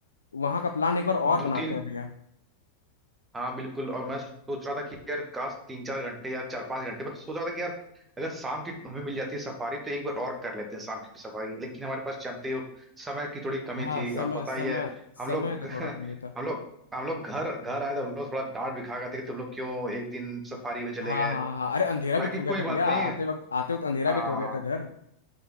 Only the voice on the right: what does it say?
दो तीन
हाँ बिल्कुल और मैं सो- सोच रहा था कि यार काश तीन चार घंटे या चार पांच घंटे मैं तो सोच रहा था कि यार अगर शाम की हमें मिल जाती है सफारी तो एक बार और कर लेते हैं शाम की सफारी लेकिन हमारे पास जानते ही हो समय की थोड़ी कमी
थी
और पता
ही है
हम लोग
<laughs>
हम लोग हम लोग घर घर आए तो हम लोग थोड़ा डांट भी खा गए थे कि तुम लोग क्यों एक दिन सफारी में चले
गए
हालांकि
कोई
बात
नहीं
हाँ